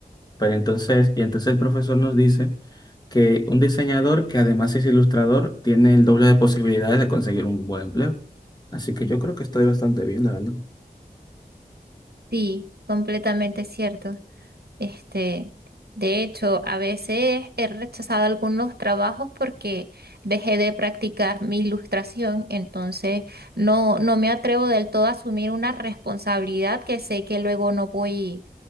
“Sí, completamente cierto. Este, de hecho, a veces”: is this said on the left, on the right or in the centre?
Right